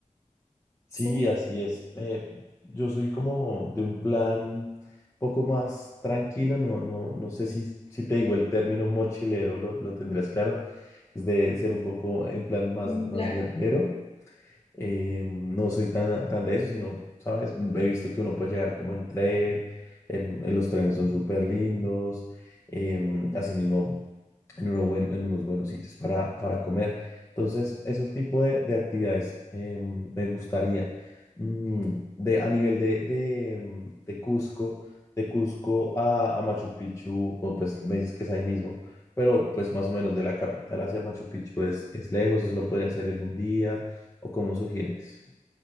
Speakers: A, on the left; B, on the left.
A: Sí,
B: Sí,
A: así es. Eh, yo soy como de un plan poco más tranquilo, no, no, no sé si, si te digo el término mochilero, lo, lo tendrás claro, es de ser un poco en plan más,
B: mm,
A: más
B: claro.
A: guerrero. Eh, no soy tan, tan de eso, sino, ¿sabes? He visto que uno puede llegar como en tren, en, en los trenes son súper lindos, em, asimismo en, uno buen- en unos buenos sitios para, para comer. Entonces, esos tipos de, de actividades eh, me gustaría. Mm, de, a nivel de, de, mm, de Cusco, de Cusco a, a Machu Picchu, o pues me dices que es ahí mismo, pero pues más o menos de la capital hacia Machu Picchu es, es lejos, eso lo podría hacer en un día, o como sugieres.